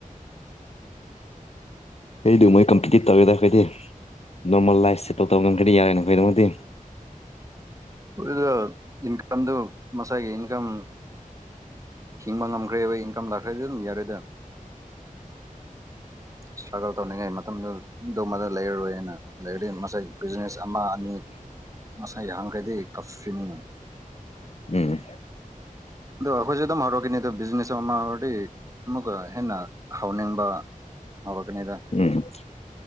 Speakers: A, on the left; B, on the right.
A: ꯑꯩꯗꯨꯣ ꯃꯣꯏ ꯀꯝꯄꯤꯇꯤꯠ ꯇꯧꯔꯦꯗ ꯑꯩꯈꯣꯏꯗꯤ ꯅꯣꯔꯃꯦꯜ ꯂꯥꯏꯐꯁꯦ ꯇꯧꯗꯕ ꯉꯝꯒ꯭ꯔꯅꯤ ꯌꯥꯔꯣꯏꯅ ꯑꯩꯈꯣꯏꯗꯃꯗꯤ
B: ꯑꯗꯨꯣꯏ ꯏꯟꯀꯝꯗꯨ ꯃꯁꯥꯏꯒꯤ ꯏꯟꯀꯝ ꯍꯤꯡꯕ ꯉꯝꯈ꯭ꯔꯦꯕ ꯏꯟꯀꯝ ꯂꯥꯛꯈ꯭ꯔꯦꯗꯤ ꯑꯗꯨꯝ ꯌꯥꯔꯦꯗ ꯁꯇ꯭ꯔꯒꯜ ꯇꯧꯅꯤꯡꯉꯥꯏ ꯃꯇꯝꯗꯨ ꯗꯃꯗ ꯂꯩꯔꯔꯣꯏꯅ ꯂꯩꯔꯗꯤ ꯉꯁꯥꯏ ꯕꯤꯖꯤꯅꯦꯁ ꯑꯃ ꯑꯅꯤ ꯉꯁꯥꯏ ꯍꯥꯡꯈꯩꯗꯤ ꯇꯞꯁ꯭ꯔꯤꯅꯤꯅ
A: ꯎꯝ
B: ꯑꯗꯣ ꯑꯩꯈꯣꯏꯁꯨꯦ ꯑꯗꯨꯝ ꯍꯧꯔꯛꯈꯤꯅꯤ ꯑꯗꯣ ꯕꯤꯖꯤꯅꯦꯁ ꯑꯃ ꯑꯃ ꯍꯧꯔꯗꯤ ꯑꯃꯨꯛꯀ ꯍꯦꯟꯅ ꯍꯥꯎꯅꯤꯡꯕ ꯍꯕ ꯀꯅꯤꯗ
A: ꯎꯝ